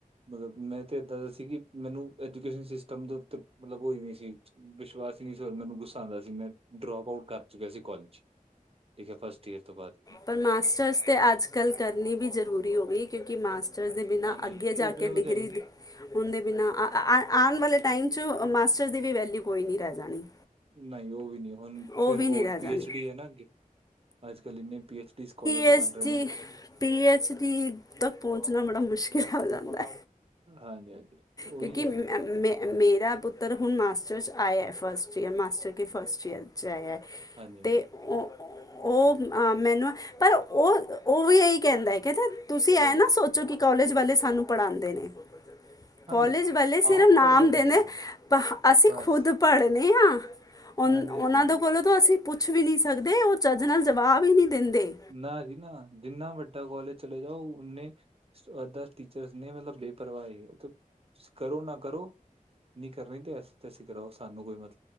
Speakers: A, on the right (about 40°); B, on the left (about 25°).
A: ਮਤਲਬ ਮੈਂ ਤੇ ਏਦਾਂ ਦਾ ਸੀ ਕਿ ਮੈਨੂੰ ਐਜੂਕੇਸ਼ਨ ਸਿਸਟਮ ਦੇ ਉੱਤੇ ਮਤਲਬ ਓ ਈ ਨਈ ਸੀ ਵਿਸ਼ ਵਾਸ ਈ ਨਈ ਸੀ ਔਰ ਮੈਨੂੰ ਗੁੱਸਾ ਆਂਦਾ ਸੀ ਮੈਂ ਡ੍ਰੌਪ ਆਊਟ ਕਰ ਚੁੱਕਿਆ ਸੀ ਕੋਲਜ। ਫ਼ਸਟ ਈਅਰ ਤੋਂ ਬਾਦ।
B: ਪਰ ਮਾਸਟਰਸ ਤੇ ਅੱਜ-ਕੱਲ੍ਹ ਕਰਨੀ ਵੀ ਜ਼ਰੂਰੀ ਹੋ ਗੀ ਕਿਉਂਕਿ ਮਾਸਟਰਸ ਦੇ ਬਿਨਾਂ
A: ਹਾਂਜੀ-ਹਾਂਜੀ
B: ਅੱਗੇ
A: ਉਹਦੇ
B: ਜਾ
A: ਬਿਨਾਂ
B: ਕੇ
A: ਕੁਝ
B: ਡਿਗਰੀ
A: ਹੈ ਹੀ ਨਹੀਂ।
B: ਉਂਦੇ ਬਿਨਾਂ <unintelligible> ਆਨ ਵਾਲੇ ਟਾਈਮ 'ਚ ਮਾਸਟਰ ਦੀ ਵੀ ਵੈਲਿਊ ਕੋਈ ਨੀ ਰਹ ਜਾਣੀ।
A: ਨਈ ਓ ਵੀ ਨਈ ਓ ਹੁਨ
B: ਉਹ
A: ਫੇਰ
B: ਵੀ
A: ਹੋਰ
B: ਨਹੀਂ ਰਹਿ
A: ਪੀ
B: ਜਾਣੀ
A: ਐਚ ਡੀ ਏ ਨਾ ਅੱਗੇ, ਅੱਜ-ਕੱਲ ਏਨੇ P H D scholars
B: H
A: ਬਨ ਰਹੇ
B: ਡੀ
A: ਨੇ।
B: ਪੀ ਐੱਚ ਡੀ ਤੱਕ ਪਹੁੰਚਨਾ ਬੜਾ ਮੁਸ਼ਕਿਲ ਹੋ ਜਾਂਦਾ ਐ।
A: ਹਾਂਜੀ-ਹਾਂਜੀ। ਉਹੀ
B: ਕਿਉਂਕਿ
A: ਹੈ
B: ਮੇ ਮੇਰਾ ਪੁੱਤਰ ਹੁਣ ਮਾਸਟਰ 'ਚ ਆਇਆ ਫਸਟ ਈਅਰ ਮਾਸਟਰ ਦੀ ਫਸਟ ਈਅਰ ਚਾ ਆਇਆ
A: ਹਾਂਜੀ-ਹਾਂਜੀ,
B: ਤੇ ਓ ਓ ਮੈਨੂੰ ਪਰ ਉਹ ਉਹ ਵੀ ਇਹੀ ਕਹਿੰਦਾ ਐ ਕਹਿੰਦੇ ਤੁਸੀਂ ਐਂ
A: ਹਾਂਜੀ, ਹਾਂਜੀ
B: ਨਾ ਸੋ ਚੋ ਕਿ ਕੋਲਜ ਵਾਲੇ ਸਾਨੂੰ ਪੜ੍ਹਾਂਦੇ ਨੇ ਕੋਲੇਜ
A: ਹਾਂਜੀ
B: ਵਾਲੇ ਸਿਰਫ
A: ਆਪ
B: ਨਾਮ
A: ਪੜ੍ਹਦਾ ਇਨਸਾਨ
B: ਦੇ ਨੇ ਅਸੀਂ
A: ਬਸ
B: ਖੁਦ ਪੜ੍ਹਨੇ ਆ ਉਹ
A: ਹਾਂਜੀ-ਹਾਂਜੀ-ਹਾਂਜੀ
B: ਉਹਨਾਂ ਦੇ ਕੋਲੋਂ ਤਾਂ ਅਸੀਂ ਪੁੱਛ ਵੀ ਨੀ ਸਕਦੇ ਉਹ ਚੱਜ ਨਾਲ ਜਵਾਬ ਈ ਨੀ ਦਿੰਦੇ।
A: ਨਾ ਜੀ ਨਾ ਜਿੰਨਾ ਵੱਡਾ ਕੋਲਜ ਚਲੇ ਜਾਓ ਓਨੇ <unintelligible> ਟੀਚਰਸ ਨੇ ਮਤਲਬ ਬੇਪਰਵਾਹ ਏ। ਕਰੋ ਨਾ ਕਰੋ ਨਹੀਂ ਕਰਨੀ ਤੇ ਅਸੀਂ ਤਤੈਸੀ ਕਰਾਓ ਸਾਨੂੰ ਕੋਈ ਮਤ